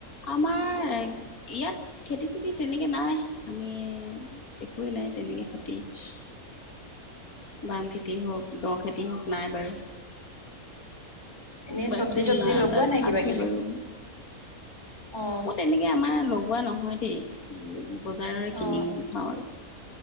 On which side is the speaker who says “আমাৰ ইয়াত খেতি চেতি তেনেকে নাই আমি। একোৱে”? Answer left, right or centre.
Left